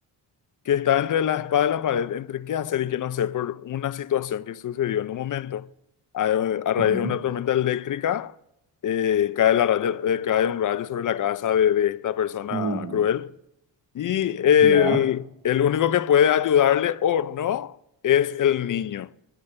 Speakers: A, on the left; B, on the right.
A: que está entre la espada y la pared, entre qué hacer y qué no hacer por una situación que sucedió en un momento. A, a raíz
B: Ujú.
A: de una tormenta eléctrica, eh, cae, la raya- eh, cae un rayo sobre la casa de, de esta persona
B: Uh,
A: cruel y el,
B: ya.
A: el único que puede ayudarle o no es el niño.